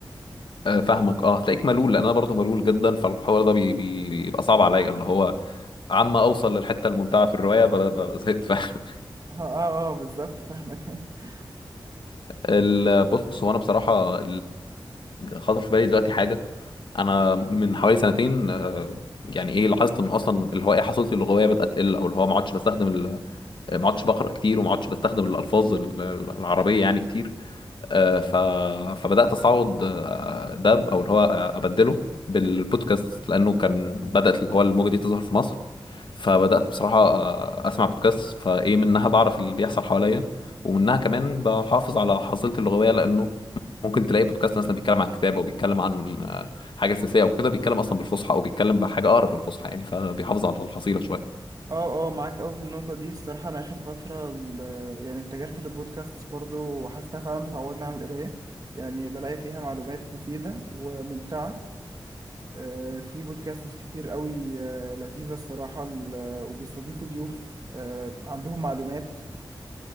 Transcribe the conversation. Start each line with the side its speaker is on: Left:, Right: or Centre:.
Left: آه، فاهمك اه هتلاقيك ملول لان انا برضو ملول جدا فالحوار ده بي- بي- بيبقى صعب عليا اللي هو عم اوصل للحته الممتعه في الروايه ب- ب- ب- زهقت فاهم
Right: اه اه اه بالظبط فاهمك <laughs>
Left: ال- بص هو انا بصراحه خطر في بالي دلوقتي حاجه انا من حوالي سنتين آه، يعني ايه لاحظت ان اصلا اللي هو ايه حصيلتي اللغويه بدات تقل او اللي هو ما عدتش بستخدم ال- ما عدتش بقرا كتير وما عدتش بستخدم الالفاظ ال- العربيه يعني كتير آه، ف... فبدات استعوض آه، ده ب- او اللي هو آه، ابدله بالبودكاست لانه كان بدات اللي هو الموجه دي تظهر في مصر فبدات بصراحه آه، اسمع بودكاست فايه منها بعرف اللي بيحصل حواليا ومنها كمان بحافظ على حصيلتي اللغويه لانه ممكن تلاقي بودكاست مثلا بيتكلم عن كتاب او بيتكلم عن آه، حاجه سياسيه او كده بيتكلم اصلا بالفصحى او بيتكلم بحاجه اقرب للفصحى يعني فبيحافظ على الحصيله شويه
Right: اه اه معاك اوي في النقطه دي الصراحه انا اخر فتره ال- يعني اتجهت للبودكاستس برضو وحاسس انها فعلا بتعوضني عن القرايه يعني بلاقي فيها معلومات مفيده وممتعه آه، في بودكاستس كتير اوي آه، لذيذه الصراحه ال- وبيستضيفوا ضيوف آه، عندهم معلومات